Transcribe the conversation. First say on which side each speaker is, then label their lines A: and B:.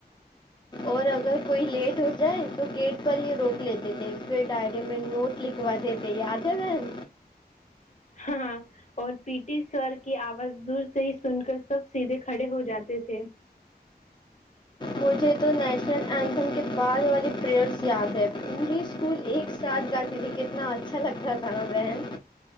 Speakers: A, on the left; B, on the left.
A: اور اگر کوئی لیٹ ہو جائے تو گیٹ پر یہ روک لیتے تھے پھر ڈائری میں نوٹ لکھواے تھے یاد ہے میم
B: ہاں اور پیٹی سر کی آواز دور سے ہی سن کر سب سیدھے کھڑے ہو جاتے تھے
A: مجھے تو ن اینسن کے بعے والی پریئرس یاد ہے پوری اسکول ایک ساتھ جاتی مجھے کتنا اچھا لگتا تھاانا وہن